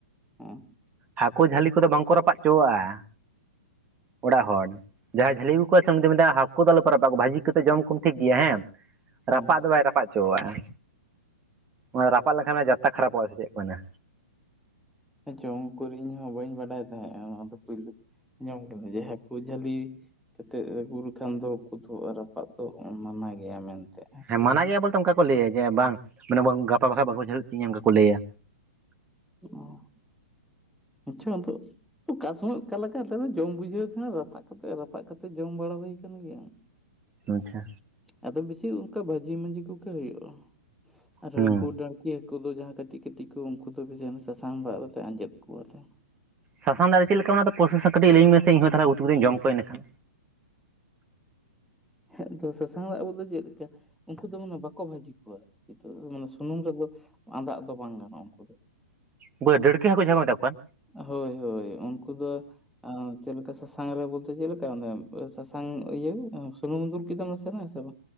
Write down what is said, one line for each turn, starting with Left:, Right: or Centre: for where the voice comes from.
Centre: ᱦᱮᱸ
Right: ᱦᱟᱹᱠᱩ ᱡᱷᱟᱹᱞᱤ ᱠᱚᱫᱚ ᱵᱟᱝᱠᱚ ᱨᱟᱯᱟᱜ ᱦᱚᱪᱚᱣᱟᱜᱼᱟ ᱚᱲᱟᱜ ᱦᱚᱲ ᱡᱟᱦᱟᱸᱭ ᱡᱟᱹᱞᱤᱜ ᱟᱜᱩ ᱠᱚᱣᱟ ᱥᱮ ᱩᱱᱤ ᱫᱚ ᱢᱮᱱᱫᱟ ᱦᱟᱹᱠᱩ ᱫᱚ ᱟᱞᱚ ᱯᱮ ᱨᱟᱯᱟᱜ ᱠᱚᱣᱟ ᱵᱷᱟᱹᱡᱤ ᱠᱟᱛᱮ ᱡᱚᱢ ᱠᱚᱢ ᱴᱷᱤᱠ ᱜᱮᱭᱟ ᱦᱮᱸ᱾
Centre: ᱦᱮᱸ
Right: ᱨᱟᱯᱟᱜ ᱫᱚ ᱵᱟᱭ ᱨᱟᱯᱟᱜ ᱪᱚᱣᱟᱜ ᱚᱱᱟ ᱨᱟᱯᱟᱜ ᱞᱮᱠᱷᱟᱱᱮ ᱡᱟᱛᱛᱟ ᱠᱷᱟᱨᱟᱯ ᱚᱜᱼᱟ ᱥᱮᱪᱮᱫ ᱠᱚ ᱢᱮᱱ-ᱟ᱾
Centre: ᱦᱮᱸ ᱪᱚᱝ ᱠᱚᱨ ᱤᱧ ᱦᱚᱸ ᱵᱟᱹᱧ ᱵᱟᱰᱟᱭ ᱛᱟᱦᱮᱸᱜᱼᱟ ᱚᱱᱟ ᱫᱚ ᱯᱳᱭᱞᱩ ᱟᱸᱡᱚᱢ ᱠᱮᱫᱤᱧ ᱡᱮ ᱦᱟᱠᱩ ᱡᱷᱟᱹᱞᱤ ᱠᱟᱛᱮᱜ ᱟᱜᱩ ᱞᱮᱠᱷᱟᱱ ᱫᱚ ᱩᱱᱠᱩ ᱫᱚ ᱨᱟᱯᱟᱜ ᱫᱚ ᱢᱟᱱᱟ ᱜᱮᱭᱟ ᱢᱮᱱᱛᱮ᱾ ᱦᱮᱸᱥᱮ
Right: ᱦᱮᱸ ᱢᱟᱱᱟ ᱜᱮᱭᱟ ᱵᱚᱞᱛᱮ ᱚᱱᱠᱟ ᱠᱚ ᱞᱟᱹᱭᱟ ᱡᱮ ᱵᱟᱝ ᱢᱟᱱᱮ ᱜᱟᱯᱟ ᱵᱟᱠᱷᱟᱱ ᱵᱟᱠᱚ ᱡᱷᱟᱞᱤᱡ ᱛᱤᱧᱟᱹ ᱚᱝᱠᱟ ᱠᱚ ᱞᱟᱹᱭᱟ᱾
Centre: <unintelligible> ᱚᱠᱟ ᱥᱚᱢᱚᱭ ᱚᱠᱟ ᱞᱮᱠᱟ ᱟᱞᱮ ᱫᱚ ᱡᱚᱢ ᱵᱩᱡᱷᱟᱹᱣ ᱠᱷᱟᱱ ᱨᱟᱯᱟᱜ ᱠᱟᱛᱮ ᱨᱟᱯᱟᱜ ᱠᱟᱛᱮ ᱡᱚᱢ ᱵᱟᱲᱟ ᱦᱩᱭ ᱠᱟᱱ ᱜᱮᱭᱟ᱾ <inaudible>
Right: ᱟᱪᱪᱷᱟ᱾
Centre: ᱟᱫᱚ ᱵᱮᱥᱤ ᱚᱱᱠᱟ ᱵᱷᱟᱹᱡᱤ ᱢᱟᱹᱡᱷᱤ ᱠᱚᱜᱮ ᱦᱩᱭᱩᱜᱼᱟ ᱟᱨ
Right: ᱦᱩᱸ
Centre: ᱩᱱᱠᱩ ᱰᱟᱲᱠᱤ ᱩᱱᱠᱩ ᱫᱚ ᱡᱟᱦᱟᱸ ᱠᱟᱹᱴᱤᱡ ᱠᱟᱹᱴᱤᱡ ᱠᱩ ᱩᱱᱠᱩ ᱫᱚ ᱵᱮᱥᱤ ᱥᱟᱥᱟᱝ ᱫᱟᱜ ᱨᱮᱞᱮ ᱟᱸᱡᱮᱫ ᱠᱚᱣᱟᱞᱮ ᱾
Right: ᱥᱟᱥᱟᱝ ᱫᱟᱨᱮ ᱪᱮᱜ ᱞᱮᱠᱟ ᱚᱱᱟ ᱫᱚ ᱯᱨᱚᱥᱮᱥ ᱴᱟ ᱠᱟᱹᱴᱤᱡ ᱞᱮᱭ ᱤᱧ ᱢᱮ ᱥᱮ ᱤᱧ ᱛᱟᱦᱚᱞᱮ ᱩᱛᱩ ᱠᱟᱛᱤᱧ ᱡᱚᱢ ᱠᱚᱣᱟ ᱤᱱᱟᱹ ᱠᱷᱟᱱ᱾
Centre: ᱦᱮᱸᱜ ᱫᱚ ᱥᱟᱥᱟᱝ ᱫᱟᱜ ᱵᱚᱞᱛᱮ ᱪᱮᱜ ᱞᱮᱠᱟ ᱩᱱᱠᱩ ᱫᱚ ᱢᱟᱱᱮ ᱵᱟᱠᱚ ᱵᱷᱟᱹᱡᱤ ᱠᱚᱣᱟ᱾ ᱱᱤᱛᱚᱜ ᱫᱚ ᱢᱟᱱᱮ ᱥᱩᱱᱩᱢ ᱨᱮᱫᱚ ᱟᱸᱫᱟᱜ ᱫᱚ ᱵᱟᱝ ᱜᱟᱱᱚᱜᱼᱟ ᱩᱱᱠᱩ ᱫᱚ᱾
Right: ᱩᱱᱠᱩ ᱫᱚ ᱰᱟᱲᱠᱟᱹ ᱦᱟᱠᱳ ᱡᱟᱦᱟᱸ ᱠᱚ ᱢᱮᱛᱟ ᱠᱚ ᱠᱟᱱ᱾
Centre: ᱦᱳᱭ ᱦᱳᱭ ᱩᱱᱠᱩ ᱫᱚ ᱪᱮᱞ ᱠᱟ ᱥᱟᱥᱟᱝ ᱨᱮ ᱵᱚᱞᱛᱮ ᱪᱮᱞ ᱠᱟ ᱚᱱᱮ ᱥᱟᱥᱟᱝ ᱤᱭᱟᱹ ᱥᱩᱱᱩᱢ ᱫᱩᱞ ᱠᱮᱫᱟᱢ ᱱᱟᱥᱮ ᱱᱟᱥ